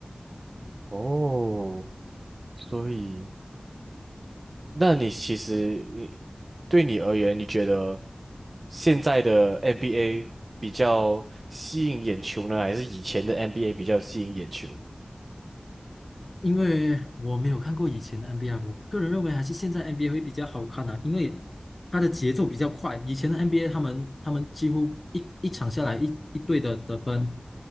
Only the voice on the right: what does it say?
哦，所以，那你其实你对你而言，你觉得现在的 NBA 比较吸引眼球呢，还是以前的 NBA 比较吸引眼球？